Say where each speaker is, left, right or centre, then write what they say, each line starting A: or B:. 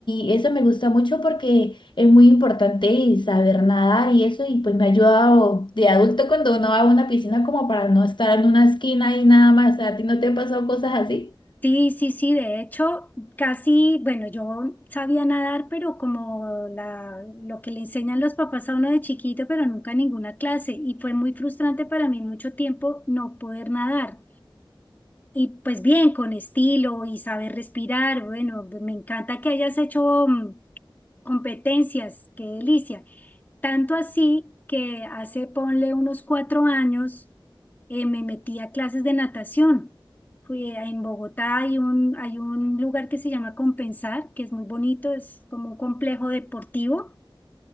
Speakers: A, on the left (about 65°); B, on the left (about 20°).
A: y eso me gusta mucho porque es muy importante saber nadar y eso y pues me ha ayudado de adulto cuando uno va a una piscina como para no estar en una esquina y nada más, ¿a ti no te han pasado cosas así?
B: Sí, sí, sí, de hecho, casi, bueno, yo sabía nadar, pero como la, lo que le enseñan los papás a uno de chiquito, pero nunca ninguna clase, y fue muy frustrante para mí mucho tiempo no poder nadar. Y pues bien, con estilo y saber respirar, bueno, me encanta que hayas hecho mm, Competencias, qué delicia. Tanto así que hace, ponle unos cuatro años, eh, me metí a clases de natación. Fui a- en Bogotá, hay un, hay un lugar que se llama Compensar, que es muy bonito, es como un complejo deportivo.